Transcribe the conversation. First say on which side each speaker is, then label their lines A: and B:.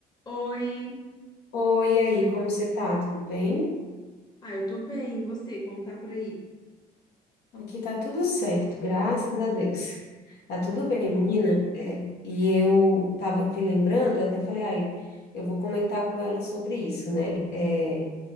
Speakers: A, on the left; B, on the left.
A: Oi.
B: Oi, e aí, como você tá? Tudo bem?
A: Ah, eu tô bem. E você, como tá por aí?
B: Aqui tá tudo certo, graças a Deus. Tá
A: É,
B: tudo
A: que
B: bem,
A: bom.
B: menina. É, e eu tava aqui lembrando, eu até falei, ai, eu vou comentar com ela sobre isso, né? É,